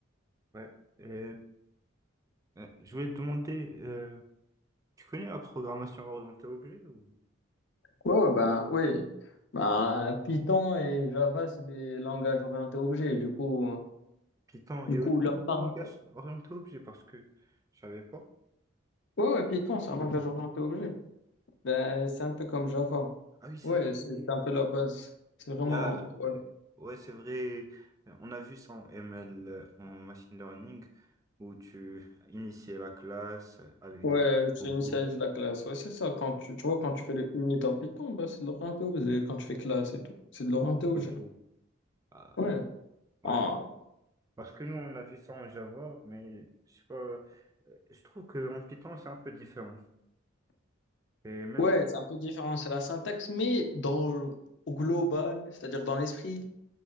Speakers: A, on the right; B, on the left.
A: Ouais. Et, euh, je voulais te demander, euh, tu connais la programmation orientée objet ou
B: Ouais, ouais, ben oui. Ben, Python et Java, c'est des langages orientés objets. Du coup, euh,
A: Python est
B: du coup
A: aussi
B: leur
A: un
B: par...
A: langage orienté objet parce que je savais pas.
B: ouais, ouais, Python, c'est un langage orienté objet. Ben, c'est un peu comme Java.
A: Ah oui, c'est
B: Ouais,
A: vrai.
B: c'est
A: Il
B: c'est un peu la base. C'est vraiment.
A: y a,
B: Ouais,
A: euh, ouais, c'est vrai. Euh, On a vu ça en ML, euh, en machine learning, où tu initiais la classe avec
B: ouais
A: des.
B: tu
A: Ok,
B: initialises la classe. Ouais, c'est ça. Quand tu, tu vois, quand tu fais le init en Python, ben, c'est de l'orienté objet. Quand tu fais classe et tout, c'est de l'orienté objet.
A: ok. Ah,
B: Ouais.
A: ouais,
B: Ah,
A: Parce que nous, on a vu ça en Java, mais je sais pas, euh, je trouve qu'en Python, c'est un peu différent. Et même,
B: ouais, c'est un peu différent. C'est la syntaxe, mais dans, au global, c'est-à-dire dans l'esprit.